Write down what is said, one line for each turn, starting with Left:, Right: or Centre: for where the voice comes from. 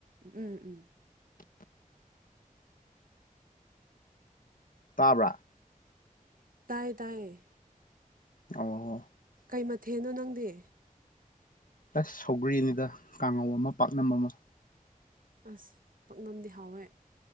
Right: ꯎ ꯎꯝ ꯎꯝ
Left: ꯇꯥꯕ꯭ꯔꯥ
Right: ꯇꯥꯏ ꯇꯥꯏꯌꯦ
Left: ꯑꯣ ꯍꯣ
Right: ꯀꯩ ꯃꯊꯦꯟꯅꯣ ꯅꯪꯗꯤ
Left: ꯑꯁ ꯁꯧꯒ꯭ꯔꯤꯅꯤꯗ ꯀꯥꯡꯉꯧ ꯑꯃ ꯄꯥꯛꯅꯝ ꯑꯃꯥ
Right: ꯑꯥꯁ ꯄꯥꯛꯅꯝꯗꯤ ꯍꯥꯎꯋꯦ